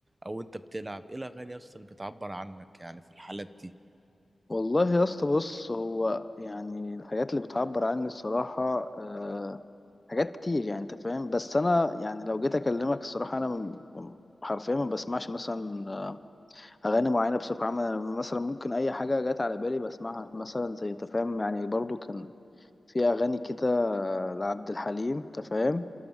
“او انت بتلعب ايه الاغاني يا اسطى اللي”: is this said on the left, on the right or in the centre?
Right